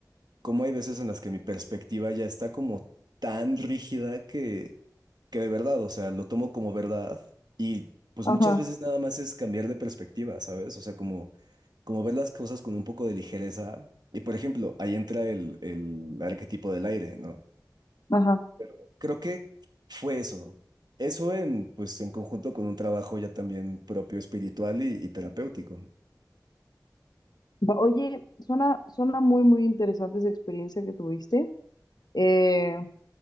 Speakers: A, on the right (about 70°); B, on the left (about 70°).
A: como hay veces en las que mi perspectiva ya está como tan rígida que, que de verdad, o sea, lo tomo como verdad y pues
B: Ajá.
A: muchas veces nada más es cambiar de perspectiva, ¿sabes? O sea, como, como ver las cosas con un poco de ligereza. Y por ejemplo, ahí entra el, el arquetipo del aire, ¿no?
B: Ajá.
A: Pero creo que fue eso. Eso en, pues, en conjunto con un trabajo ya también propio espiritual y, y terapéutico.
B: Va- Oye, suena, suena muy, muy interesante esa experiencia que tuviste. Eh,